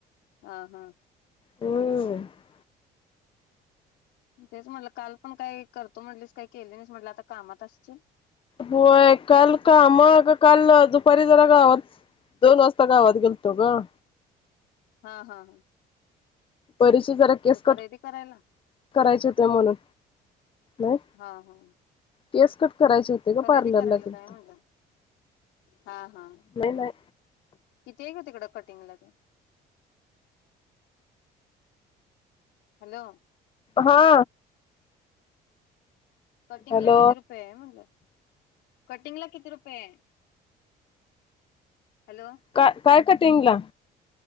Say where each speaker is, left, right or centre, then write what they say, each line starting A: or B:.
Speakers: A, on the left; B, on the left.
A: हं हा.
B: हम्म
A: म तेच म्हटलं काल पण काय करतो म्हटलीस, काय केली नाहीस म्हटलं, आता कामात असचील
B: होय काल काम आग काल दुपारी जरा गावात सं दोन वाजता गावात गेलतो गं.
A: हा हा हा.
B: परीचे जरा केस
A: खरेदी
B: कट
A: करायला
B: करायचे होते म्हणून. नाही
A: हा हं.
B: केस कट. करायचे होते ग
A: खरेदी
B: पार्लरला
A: करायला
B: गेलतो
A: काय म्हणलं, हा हा
B: नाही नाही
A: किती हाय गं तिकड? कटिंगला ते हॅलो
B: हा.
A: कटिंग
B: हॅलो
A: ला किती रुपये आहे म्हणलं? कटिंग ला किती रुपये? हॅलो
B: का काय कटींगला?